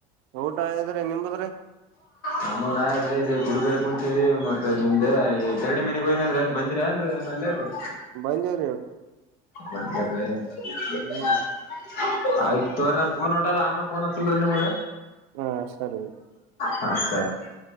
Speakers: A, on the right (about 70°); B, on the left (about 55°).
A: ಊಟದ್ರೆ ನಿಮ್ದು
B: ನಮ್ಮ ನಾಯ ಆದ್ರೆ ಇಲ್ಲಿ ಗುಡಬಲಿ ಕುತೇವಿ ಮತ್ತೆ ನಿಮ್ದೆ ಈ ಎರಡ್ಡಿ <unintelligible> ಮನೆಗ ಹಯನಂದ್ರ ಏನ್ ಬಂದಿರಿ ಏನ್ರಿೀಏ ಅಲ್ಲೀ <unintelligible>
A: ಬಂದೇವ್ರಿ
B: ಬದೆ <unintelligible>
A: ಹ್ಮ್
B: ಆಯ್ತ ತ್ರರಿ ನನ್ ಪಫೋನ್ ಹೊಂಟದ ಆಮೇಲೆ ಫೋನ್ ಹತ್ತಲ್ರಿ ನಿಮಗ
A: ಹಾ ಸರಿ
B: ಹಾ ಸರಿ